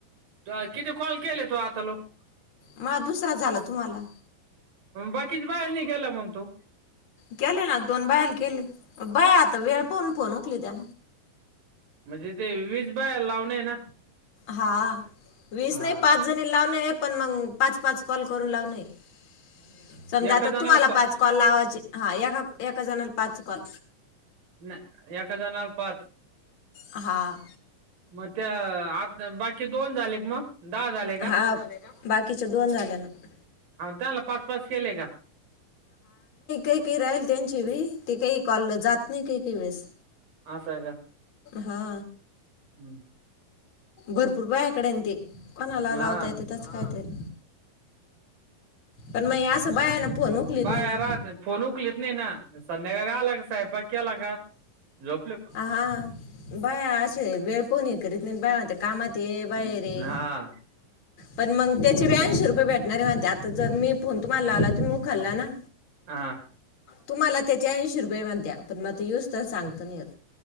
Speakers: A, on the right; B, on the left.
A: तू किती कॉल केले तो आता लोक
B: माजा दुसरा झाला तुम्हाला
A: बाकीच बाहेर नाही गेला मग तू
B: केले दोन बायल केली बा आता वेळ कोण फोन उचलित्या.
A: म्हणजे ते वीस बाया लावणे आहे ना.
B: हा वीस
A: हा
B: नाही पाच जणी लाव नाहीए पण मग पाच पाच कॉल करून लावलय न समजा
A: एका
B: आता
A: जणावर
B: तुम्हाला
A: पा
B: पाच कॉल लावायचे. हा एका एका जणाला पाच कॉल.
A: नाही एका जणाला पाच
B: हा
A: मग त्या आता बाकी दोन झाले का मग दहा झाले
B: हा
A: का
B: बाकीच्या दोन झाल्या ना
A: त्याला पाच, पाच केले का?
B: काय काय राहील त्यांची बी ते काही कॉल जात नाही काही काही वेळेस
A: अस हाय का?
B: हा
A: हम्म.
B: भरपूर बायाकडे ते कोणाला
A: हा
B: लावता येत त्याच कायतरी? पण मग हे असं बाया ना फोन उखलीत
A: बाया
B: नही ना
A: राहत फोन उकलीत नाही ना संध्याकाळी आला का स्वयंपाक केला का झोपले
B: हा बाया असे वेळ फोन हे करीत नही बाया म्हणत्यां कामात ये बाहेर हे
A: हा
B: पण मंग त्याचे ब्याऐंशी रुपये भेटणारे म्हणत्यात त जर मीप फोन तुम्हाला लावला तुम्ही उखाळा ना
A: हा
B: तुम्हाला त्याचे ऐंशी रुपये म्हणत्या पण म आता येऊस तवर सांगता नाय येत